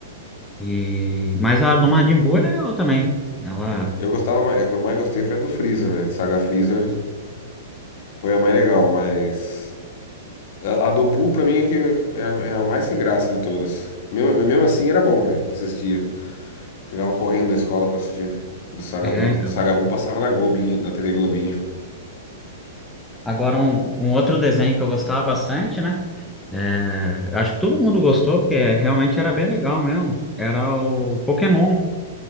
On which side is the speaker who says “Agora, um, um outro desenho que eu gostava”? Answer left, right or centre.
Centre